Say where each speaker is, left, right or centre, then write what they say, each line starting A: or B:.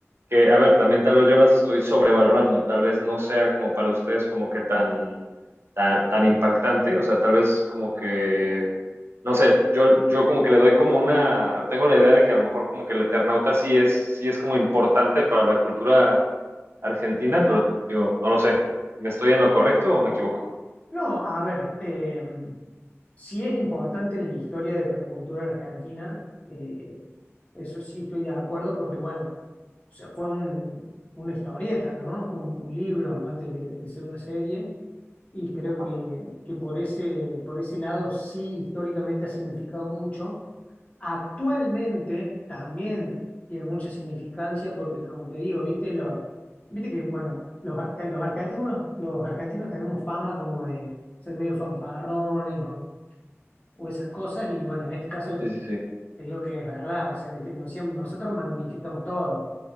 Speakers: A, on the right (about 55°); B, on the left (about 30°).
A: que, a ver, también tal vez yo las estoy sobrevalorando, tal vez no sea como para ustedes como que tan, tan, tan impactante, o sea, tal vez como que, no sé, yo, yo como que le doy como una, tengo la idea de que a lo mejor como que el Eternauta sí es, sí es como importante para la cultura argentina, pero digo, no lo sé, ¿me estoy en lo correcto o me equivoco?
B: No, a ver, eh, sí es importante en la historia de la cultura argentina, eh, eso sí estoy de acuerdo, porque bueno, o sea, fue un, una historieta, ¿no? Un, un libro antes de, de ser una serie, y creo
A: Ajá.
B: que, que por ese, por ese lado sí históricamente ha significado mucho. Actualmente también tiene mucha significancia porque, como te digo, viste, lo, viste que, bueno, los, ar- los argentinos, los argentinos tenemos fama como de ser medio fanfarrones o, o esas cosas y, bueno, en este caso
A: Sí, sí, sí.
B: te digo que es verdad, o sea, viste, no siem- nosotros magnificamos todo.